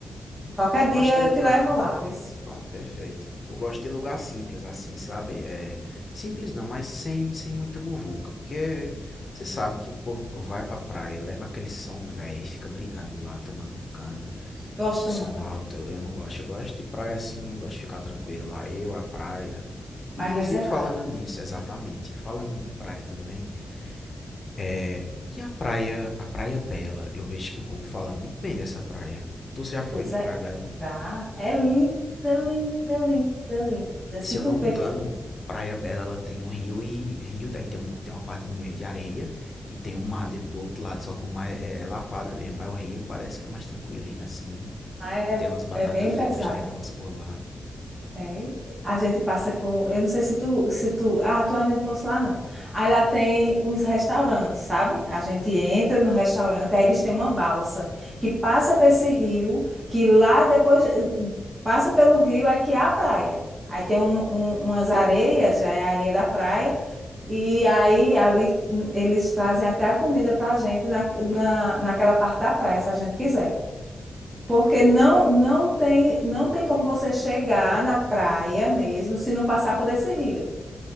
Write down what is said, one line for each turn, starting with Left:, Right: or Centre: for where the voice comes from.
Left: E
Right: Qualquer
Left: eu
Right: dia
Left: gosto de lugar
Right: eu te levo lá, vê
Left: Pronto, perfeito. Eu gosto de lugar simples, assim, sabe? É, simples não, mas sem, sem muita muvuca. Porque você sabe que o povo vai pra praia, leva aquele som velho, fica brigando lá, tomando cana,
Right: Gosto
Left: e o som
Right: não também.
Left: alto. Eu, eu não gosto. Eu gosto de praia assim, eu gosto de ficar tranquilo lá. Eu, a praia. Inclusive,
Right: Mais reservada.
Left: falando nisso, exatamente. Falando em praia também, é, e a praia, a Praia Bela? Eu vejo que o povo fala muito bem dessa praia. Tu já
Right: Meu
Left: foi
Right: Deus,
Left: em
Right: é,
Left: Praia Bela?
Right: já é linda, linda, linda, linda.
Left: Se
Right: Se
Left: eu
Right: tu
Left: não
Right: vê,
Left: me engano, Praia Bela ela tem um rio e rio, aí tem, um, tem uma parte no meio de areia e tem um mar de- do outro lado, só que o mar é, é lapada mesmo, mas o rio parece que é mais tranquilinho assim.
Right: lá é,
Left: Tem umas batatas
Right: é bem
Left: fritas,
Right: pesado.
Left: negócio por lá.
Right: É, a gente passa com, eu não sei se tu, se tu, ah, tu ainda não fosse lá não. Aí lá tem uns restaurantes, sabe? A gente entra no restaurante, aí eles têm uma balsa que passa para esse rio, que lá depois eh, passa pelo rio é que é a praia. Aí tem um, um- umas areias, já é a areia da praia, e aí ali hum, eles trazem até a comida para a gente na, na, naquela parte da praia, se a gente quiser. Porque não, não tem, não tem como você chegar na praia mesmo se não passar por esse rio.